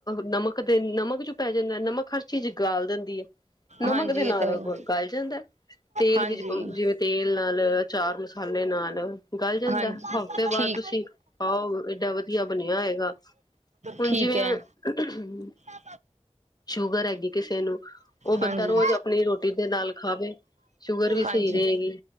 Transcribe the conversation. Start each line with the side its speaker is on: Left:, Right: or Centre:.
Left: ਨਮਕ ਤੇ ਨਮਕ ਚ ਪੈ ਜਾਂਦਾ ਨਮਕ ਤੇ ਹਰ ਚੀਜ਼ ਗਾਲ ਦਿੰਦੀ ਐ। ਨਮਕ
Right: ਹਾਂਜੀ
Left: ਦੇ ਨਾਲ
Right: ਇਹ ਤਾਂ ਹੈਗਾ
Left: ਗਲ ਜਾਂਦਾ ਤੇਲ
Right: ਹਾਂਜੀ
Left: ਵਿੱਚ। ਜਿਵੇਂ ਤੇਲ ਨਾਲ ਅਚਾਰ ਮਸਾਲੇ ਨਾਲ ਗੱਲ ਜਾਂਦਾ
Right: ਹਾਂਜੀ
Left: ।ਹਫ਼ਤੇ
Right: ਠੀਕ
Left: ਬਾਅਦ ਤੁਸੀਂ ਖਾਓ ਏਡਾ ਵਧੀਆ ਬਣਿਆ ਹੋਏਗਾ। ਹੁਣ
Right: ਠੀਕ
Left: ਜਿਵੇਂ
Right: ਹੈ
Left: <unintelligible>
Right: <unintelligible>
Left: ਸ਼ੂਗਰ ਹੈਗੀ ਕਿਸੇ ਨੂੰ ਉਹ ਬੰਦਾ
Right: ਹਾਂਜੀ।
Left: ਰੋਜ਼
Right: <unintelligible>
Left: ਆਪਣੀ ਰੋਟੀ ਦੇ ਨਾਲ ਖਾਵੇ ਸ਼ੂਗਰ ਵੀ
Right: ਹਾਂਜੀ
Left: ਸਹੀ ਰਹੇਗੀ